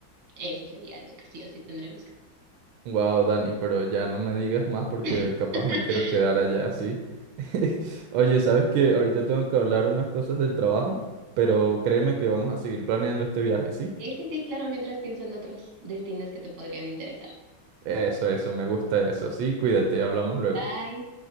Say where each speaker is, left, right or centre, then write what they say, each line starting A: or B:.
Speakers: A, on the right; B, on the right.
A: eso sería algo que sí o sí tendremos que...
B: Wow, Dani, pero ya no me digas más porque
A: <laughs>
B: capaz me quiero quedar allá así. <laughs> Oye, sabes que ahorita tengo que hablar unas cosas del trabajo, pero créeme que vamos a seguir planeando este viaje, ¿sí?
A: Sí, sí, sí, claro, mientras pienso en otros destinos que te podrían interesar.
B: Eso, eso, me gusta eso. Sí, cuídate, hablamos luego.
A: Bye.